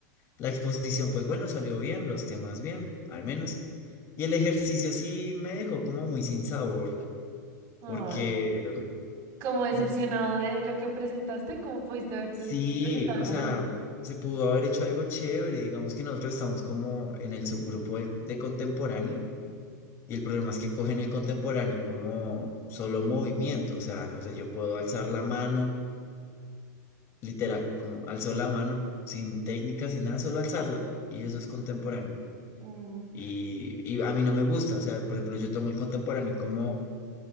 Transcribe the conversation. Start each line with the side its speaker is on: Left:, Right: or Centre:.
Left: La exposición, pues bueno, salió bien, los temas bien, al menos. Y el ejercicio sí me dejó como muy sin sabor,
Right: Ay.
Left: porque
Right: como decepcionado
Left: como
Right: de lo que presentaste, como pudiste haber
Left: Sí,
Right: pres- presentado
Left: o
Right: algo
Left: sea,
Right: mejor.
Left: se pudo haber hecho algo chévere. Digamos que nosotros estamos como en el subgrupo de, de contemporáneo y el problema es que cogen el contemporáneo como solo movimiento. O sea, no sé, yo puedo alzar la mano, literal, como alzó la mano sin técnica, sin nada, solo alzarla y eso es contemporáneo.
Right: Mm,
Left: Y, y a mí no me gusta. O sea, por ejemplo, yo tomo el contemporáneo como